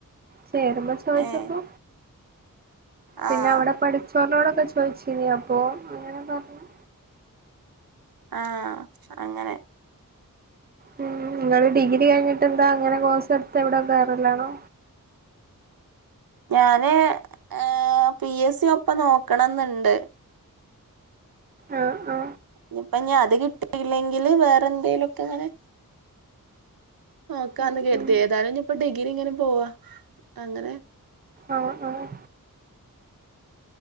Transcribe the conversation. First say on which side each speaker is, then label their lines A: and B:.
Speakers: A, on the right; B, on the right.
A: ചേരുമ്പൊ ചോയ്ച്ചപ്പൊ
B: ഏഹ് ആഹ്
A: പിന്നെ അവിടെ പഠിച്ചോർനോടൊക്കെ ചോയിച്ചിനി അപ്പോ അങ്ങനെ പറഞ്ഞു
B: ആഹ് അങ്ങനെ
A: ഉം നിങ്ങള് ഡിഗ്രി കഴിഞ്ഞിട്ടെന്താ അങ്ങനെ കോഴ്സ് എടുത്ത് എവിടെ കേറലാണോ
B: ഞാന് ഏഹ് പി എസ് സി ഒപ്പം നോക്കണംന്നിണ്ട്
A: ആഹ് അ
B: ഇനിപ്പിഞ്ഞി അത് കിട്ടിയില്ലെങ്കില് വേറെ എന്തേലൊക്കെ ഇങ്ങനെ നോക്കാന്ന്
A: ഉം
B: കരുതി
A: ഉം
B: ഏതായാലും ഇഞ്ഞിപ്പൊ ഡിഗ്രി ഇങ്ങനെ പോവാ അങ്ങനെ
A: ആഹ് ആഹ്